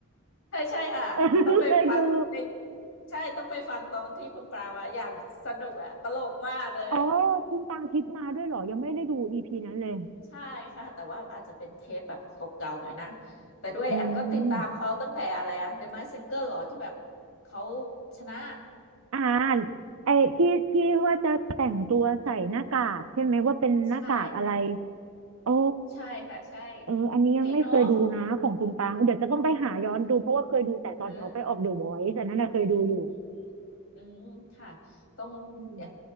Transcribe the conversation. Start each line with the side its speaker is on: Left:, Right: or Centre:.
Left: ใช่ใช่ค่ะต้องไปฟังใน
Right: เออ <laughs> เคยดู
Left: ใช่ต้องไปฟังตอนที่คุณปรามาอย่างสนุกอะตลกมากเลยอืม
Right: อ๋อคุณตังทิพย์มาด้วยเหรอยังไม่ได้ดูอีพีนั้นเลย
Left: ใช่ค่ะแต่ว่าอาจจะเป็นเทปแบบเก่าๆหน่อยนะแต่ด้วยแอมก็ติดตามเขาตั้งแต่อะไรอะ
Right: อืม
Left: The Masked Singer เหรอที่แบบเขาชนะ
Right: อ่าไอ้ที่ที่ว่าจะแต่งตัวใส่หน้ากากใช่ไหมว่าเป็นหน้ากากอะไร
Left: ใช่
Right: โอ้
Left: ใช่ค่ะใช่
Right: เอออันนี้ยังไม่เคยดูนะของคุณปางเดี๋ยวจะต้องไปหาย้อนดูเพราะว่าเคยดูแต่ตอนเขาไปออกเดอะวอยซ์อันนั้นนะเคยดูอยู่
Left: เขาเก่งเนาะเออ อืมอืมค่ะต้องแอม
Right: อืม